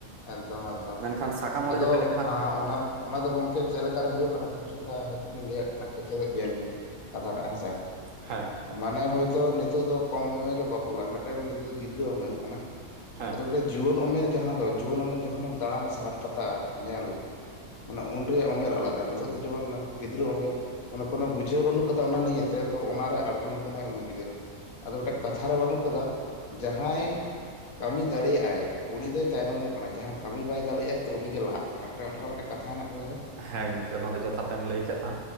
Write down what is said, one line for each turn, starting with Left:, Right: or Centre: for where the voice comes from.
Left: ᱮᱠᱫᱚᱢ ᱮᱠᱫᱚᱢ
Right: ᱢᱮᱱᱠᱷᱟᱱ ᱥᱟᱠᱟᱢ
Left: ᱟᱫᱚ
Right: ᱚᱲᱮᱡ ᱦᱩᱭ ᱞᱮᱱᱠᱷᱟᱱ
Left: ᱟᱸ ᱚᱱᱟ ᱫᱚ ᱚᱱᱟ ᱫᱚ ᱜᱚᱝᱠᱮ ᱪᱮᱫ ᱞᱮᱠᱟ ᱨᱮ ᱦᱩᱭᱩᱜ ᱠᱟᱱᱟ ᱠᱤᱪᱷᱩᱴᱟ ᱦᱚᱭᱛᱳ ᱞᱤᱧ ᱞᱟᱹᱭᱟᱜ ᱠᱟᱱᱟ, ᱠᱮᱪᱮᱫᱮᱜ ᱵᱮᱭᱟᱞᱤᱧ᱾ ᱠᱟᱛᱷᱟ ᱴᱟᱜ ᱦᱮᱸ ᱥᱮ᱾
Right: ᱦᱮᱸ
Left: ᱢᱟᱱᱮ ᱦᱚᱭᱛᱳ ᱱᱤᱛᱚᱜ ᱫᱚ ᱠᱚᱢ ᱩᱢᱮᱨ ᱨᱮ ᱵᱟᱯᱞᱟ ᱢᱤᱫᱴᱮᱱ ᱱᱤᱛᱳᱜ ᱫᱚ ᱜᱤᱫᱽᱨᱟᱹ ᱩᱢᱮᱨ ᱠᱟᱱᱟ᱾
Right: ᱦᱮᱸ᱾
Left: <unintelligible> ᱡᱩᱣᱟᱹᱱ ᱩᱢᱮᱨ ᱡᱟᱦᱟᱸ ᱫᱚ ᱡᱩᱣᱟᱹᱱ ᱩᱢᱮᱨ ᱡᱚᱠᱷᱚᱱᱮᱢ ᱫᱟᱬᱟᱱᱟ ᱥᱮ ᱦᱟᱴ ᱯᱟᱛᱟ ᱧᱮᱞ, ᱢᱟᱱᱮ ᱩᱱ ᱨᱮᱭᱟᱜ ᱩᱢᱮᱨ ᱟᱞᱟᱫᱟ ᱱᱤᱛᱚᱜ ᱫᱚ ᱡᱮᱢᱚᱱ ᱜᱤᱫᱽᱨᱟᱹ ᱩᱢᱮᱨ, ᱢᱚᱱᱮ ᱠᱳᱱᱳ ᱵᱩᱡᱷᱟᱹᱣ ᱵᱟᱹᱱᱩᱜ ᱠᱟᱫᱟ ᱚᱱᱟ ᱱᱤᱭᱮᱛᱮ, ᱛᱚ ᱚᱱᱟ ᱨᱮ ᱟᱬᱜᱳᱱ ᱠᱟᱱᱟᱭ ᱩᱱᱤ ᱜᱤᱫᱟᱹᱨᱟᱹ᱾ ᱟᱫᱚ ᱢᱤᱫᱴᱮᱡ ᱠᱟᱛᱷᱟ ᱨᱮ ᱵᱟᱹᱱᱩᱜ ᱠᱟᱫᱟ, ᱡᱟᱦᱟᱸᱭ ᱠᱟᱢᱤ ᱫᱟᱲᱮᱭᱟᱜ-ᱟᱭ ᱩᱱᱤ ᱫᱚᱭ ᱛᱟᱭᱱᱚᱢᱚᱜ ᱠᱟᱱᱟᱭ ᱡᱟᱦᱟᱸᱭ ᱠᱟᱢᱤ ᱵᱟᱭ ᱫᱟᱲᱮᱜ-ᱟᱭ ᱛᱚ ᱩᱱᱤ ᱜᱮ ᱞᱟᱦᱟᱜ ᱠᱟᱱᱟ, ᱢᱤᱫᱴᱟᱝ ᱚᱝᱠᱟᱱᱟᱜ ᱢᱤᱫᱴᱟᱝ ᱠᱟᱛᱷᱟ ᱢᱮᱱᱟᱜ ᱟᱠᱟᱫᱟ ᱥᱮ?
Right: ᱦᱮᱸ ᱜᱚᱝᱠᱮ ᱱᱚᱣᱟ ᱫᱚ ᱡᱚᱛᱷᱟᱛᱮᱢ ᱞᱟᱹᱭ ᱠᱟᱜ-ᱟ,